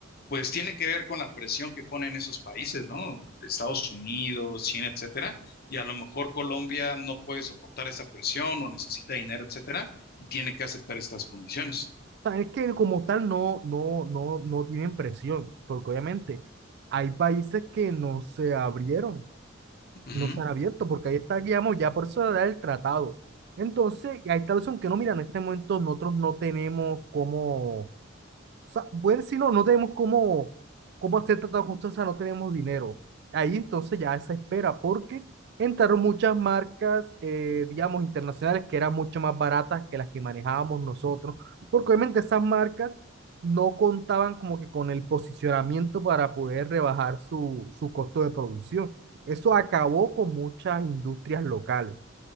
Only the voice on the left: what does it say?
pues tiene que ver con la presión que ponen esos países, ¿no? Estados Unidos, China, etcétera, y a lo mejor Colombia no puede soportar esa presión o necesita dinero, etcétera, y tiene que aceptar estas condiciones.
Ujú.